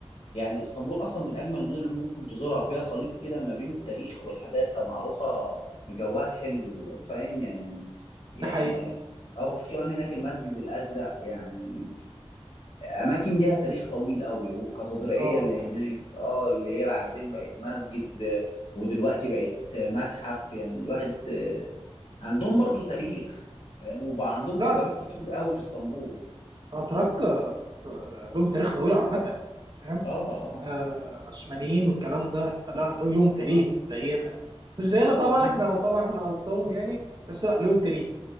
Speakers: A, on the left; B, on the right.
A: يعني اسطنبول اصلا من اجمل المدن اللي ممكن تزورها فيها خليط كده ما بين التاريخ والحداثه معروفه بجوها الحلو فاهم يعني يعني
B: ده حقيقي
A: او في كمان هناك المسجد الازرق يعني اماكن ليها تاريخ طويل قوي والكاتدرائيه
B: اه
A: اللي هناك اه اللي هي بعدين بقت مسجد ودلوقتي بقت متحف يعني الواحد عندهم برضو تاريخ فاهم وبقى عندهم
B: لا
A: بصرات كتير قوي في اسطنبول
B: اتراك آه، لهم تاريخ طويل عامه فاهم
A: اه اه
B: آه، عثمانيين والكلام ده لا لهم تاريخ
A: اه,
B: زينا يعني مش زينا طبعا
A: آه.
B: احنا طبعا احنا قدامهم يعني بس لا لهم تاريخ